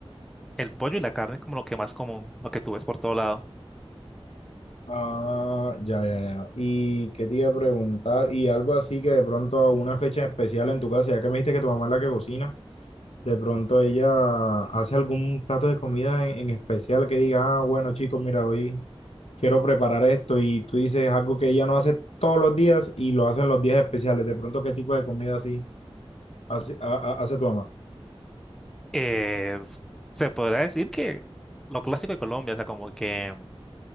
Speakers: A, in the centre; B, on the left (about 80°).
A: el pollo y la carne es como lo que más común, lo que tú ves por todo lado.
B: Ah, ya, ya, ya. ¿Y qué te iba a preguntar? Y algo así que de pronto a una fecha especial en tu casa, ya que me dijiste que tu mamá es la que cocina, de pronto ella hace algún plato de comida en, en especial que diga, ah, bueno, chicos, mira, hoy. quiero preparar esto y tú dices algo que ella no hace todos los días y lo hacen los días especiales. De pronto, ¿qué tipo de comida así hace, a- a- hace tu mamá?
A: Eh, s- se podrá decir que lo clásico de Colombia, o sea, como que